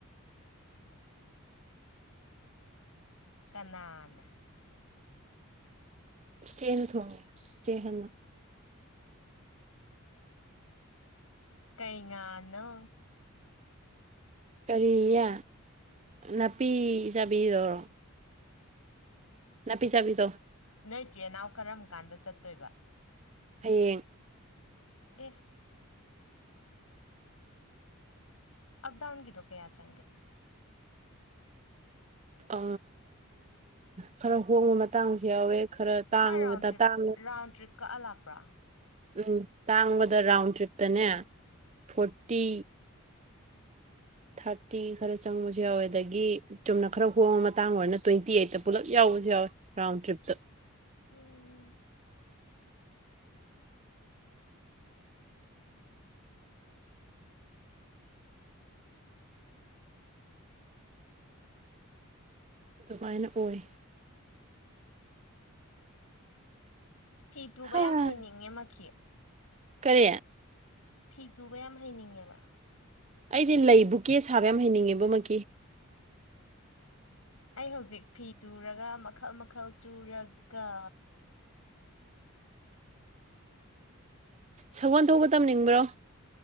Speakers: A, on the left; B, on the right.
A: ꯀꯅꯥꯅ
B: ꯢꯆꯦꯟ ꯊꯣꯡꯉꯦ ꯆꯦꯍꯟꯅ
A: ꯀꯩ ꯉꯥꯅꯣ
B: ꯀꯔꯤꯌꯦ ꯅꯥꯄꯤ ꯆꯥꯕꯤꯔꯣ ꯅꯥꯄꯤ ꯆꯥꯕꯤꯗꯣ
A: ꯅꯣꯏ ꯆꯦꯅꯥꯎ ꯀꯔꯝ ꯀꯥꯟꯗ ꯆꯠꯇꯣꯏꯕ
B: ꯍꯌꯦꯡ
A: ꯑꯦ ꯑꯞ ꯗꯥꯎꯟ ꯒꯤꯗꯣ ꯀꯌꯥ ꯆꯪꯒꯦ
B: ꯑ ꯈꯔ ꯍꯣꯡꯕ ꯃꯇꯥꯡꯁꯨ ꯌꯥꯎꯋꯦ ꯈꯔ ꯇꯥꯡꯕ
A: ꯃꯥ ꯔꯥꯎꯟ
B: ꯃꯇꯥꯡ
A: ꯇ꯭ꯔꯤꯞ
B: ꯇꯥꯡꯕ
A: ꯔꯥꯎꯟ ꯇ꯭ꯔꯤꯞ ꯀꯛꯑ ꯂꯥꯛꯄ꯭ꯔꯥ
B: ꯎꯝ ꯇꯥꯡꯕꯗ ꯔꯥꯎꯟ ꯇ꯭ꯔꯤꯞꯇꯅꯦ ꯐꯣꯔꯇꯤ ꯊꯥꯔꯇꯤ ꯈꯔ ꯆꯪꯕꯁꯨ ꯌꯥꯎꯋꯦ ꯑꯗꯒꯤ ꯆꯨꯝꯅ ꯈꯔ ꯍꯣꯡꯕ ꯃꯇꯥꯡ ꯑꯣꯏꯔꯅ ꯇ꯭ꯋꯦꯟꯇꯤ ꯑꯩꯠꯇ ꯄꯨꯜꯂꯞ ꯌꯥꯎꯕꯁꯨ ꯌꯥꯎꯋꯦ ꯔꯥꯎꯟ ꯇ꯭ꯔꯤꯞꯇ
A: ꯎꯝ
B: ꯑꯗꯨꯃꯥꯏꯅ ꯑꯣꯏ
A: ꯐꯤ ꯇꯨꯕ
B: ꯍꯥ
A: ꯌꯥꯝ ꯍꯩꯅꯤꯡꯉꯦ ꯃꯈꯤ
B: ꯀꯔꯤ
A: ꯐꯤ ꯇꯨꯕ ꯌꯥꯝ ꯍꯩꯅꯤꯡꯉꯦꯕ
B: ꯑꯩꯗꯤ ꯂꯩ ꯕꯨꯀꯦ ꯁꯥꯕ ꯌꯥꯝ ꯍꯩꯅꯤꯡꯉꯦꯕꯣ ꯃꯛꯀꯤ
A: ꯑꯩ ꯍꯧꯖꯤꯛ ꯐꯤ ꯇꯨꯔꯒ ꯃꯈꯜ ꯃꯈꯜ ꯇꯨꯔꯒ
B: ꯁꯒꯣꯟ ꯊꯧꯕ ꯇꯝꯅꯤꯡꯕ꯭ꯔꯣ